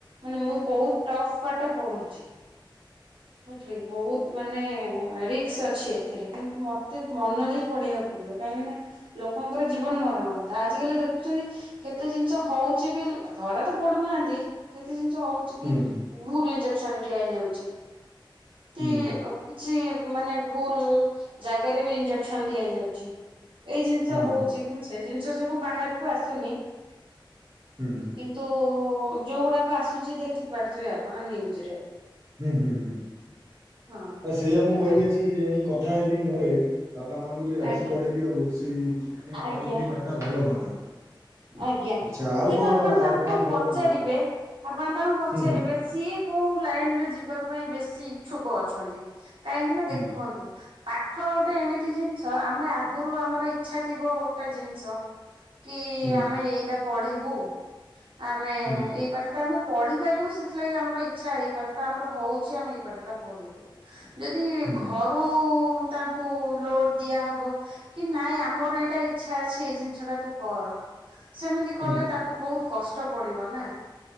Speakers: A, on the right; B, on the right.
A: ମାନେ ମୁଁ ବୋହୁତ୍ ଟଫ ପାଠ ପଢୁଛି। ବଝିଲ କି ବୋହୁତ୍ ମାନେ ରିକ୍ସ ଅଛି। ଏଥିରେ କିନ୍ତୁ ମତେ ମନ ଦେଇ ପଢିବାକୁ ପଡିବ କାହିଁକି ନା ଲୋକଙ୍କର ଜୀବନ ମରଣ କଥା ଆଜି କାଲି ଦେଖୁଛନ୍ତି କେତେ ଜିନିଷ ହଉଛି ବି ଧରା ତ ପଡୁନାହାନ୍ତି। କେତେ ଜିନିଷ ହଉ ଚିକି
B: ହୁଁ ହୁଁ
A: ଭୁଲ ଇଞ୍ଜେକ୍ସନ ଦିଆ ହେଇଯାଉଛି।
B: ହୁଁ
A: ଏମିତି
B: ହୁଁ
A: କିଛି ମାନେ ଭୁଲ୍ ଜାଗାରେ ବି ଇଞ୍ଜେକ୍ସନ ଦିଆ ହେଇଯାଉଛି। ଏଇ ଜିନିଷ
B: ହଁ
A: ହଉଛି
B: ହଁ
A: କି ସେ ଜିନିଷ ସବୁ ବାହାରକୁ ଆସୁନି
B: ହୁଁ ହୁଁ।
A: କିନ୍ତୁ ଯୋଉଗୁଡାକ ଆସୁଛି ଦେଖି ପାରୁଥିବେ ଆପଣ ନିଉଜ୍ ରେ
B: ହୁଁ ହୁଁ ହୁଁ।
A: ହଁ।
B: ତ ସେଇଆ ମୁଁ
A: କିନ୍ତୁ
B: କହିବି ଆଜି ଏଇ କଥା ହେବି ଘରେ ବାପା ମାଆଙ୍କୁ ଟିକେ ରାଜି
A: ଆଜ୍ଞା
B: କରାଇବି ଆଉ, ସେଇ ଏଇଟା ଟିକେ
A: ଆଜ୍ଞା
B: ପଢ଼େଇଲେ ପାଠଟା ଭଲ ହୁଅନ୍ତା।
A: ଆଜ୍ଞା।
B: ଆଚ୍ଛା ଆଉ
A: କିନ୍ତୁ
B: କଣ
A: ଆପଣ
B: ଆଉ
A: ତାଙ୍କୁ
B: ଆପଣଙ୍କ ଖବର
A: ପଚାରିବେ
B: କଣ କୁହନ୍ତୁ?
A: ଆପଣ ତାଙ୍କୁ ପଚାରିବେ,
B: ହୁଁ
A: ସିଏ କୋଉ ଲାଇନ ରେ ଯିବା ପାଇଁ ବେଶୀ ଇଛୁକ ଅଛନ୍ତି, କାହିଁକି ନା
B: ହୁଁ
A: ଦେଖନ୍ତୁ ପାଠ ଗୋଟେ ଏମିତି ଜିନିଷ, ଆମେ ଆଗରୁ ଆମର ଇଛା ଥିବ ଗୋଟେ ଜିନିଷ କି
B: ହୁଁ
A: ଆମେ ଏଇଟା ପଢିବୁ ଆମେ
B: ହୁଁ
A: ଏଇ ପାଠ ଟା ଆମେ ପଢିପାରିବୁ ସେଥିଲାଗି ଆମର ଇଚ୍ଛା ଏଇ ପାଠଟା ଆମର ହଉଛି ଆମେ ଏଇ ପାଠଟା ପଢିବୁ ଯଦି
B: ହୁଁ
A: ଘରୁ ତାଙ୍କୁ ଲୋଡ ଦିଆ ହବ କି ନାଇଁ ଆମର ଏଇଟା ଇଚ୍ଛା ଅଛି ଏଇ ଜିନିଷ ଟା ତୁ କର ସେମିତି କଲେ
B: ହୁଁ
A: ତାକୁ ବହୁତ କଷ୍ଟ ପଡିବ ନା